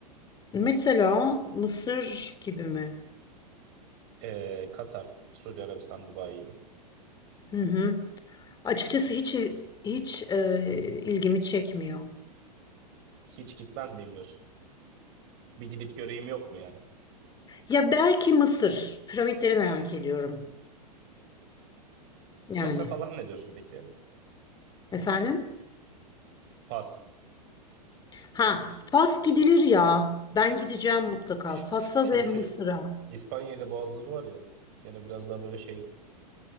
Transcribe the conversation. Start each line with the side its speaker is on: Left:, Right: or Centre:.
Left: Mesela Mısır gibi mi?
Right: Ee, Katar, Suudi Arabistan, Dubai gibi.
Left: Hı hı. Açıkçası hiç hiç e, ilgimi çekmiyor.
Right: Hiç gitmez miyim diyorsun? Bir gidip göreyim yok mu yani?
Left: Ya belki Mısır. Piramitleri merak ediyorum. Yani
Right: Pasa falan ne diyorsun peki?
Left: efendim?
Right: Pas.
Left: Ha, Fas gidilir ya. Ben gideceğim mutlaka.
Right: Ç-
Left: Fas'a
Right: ç- çünkü
Left: ve Mısır'a.
Right: İspanya'da Boğazları var ya. Yine biraz daha böyle şey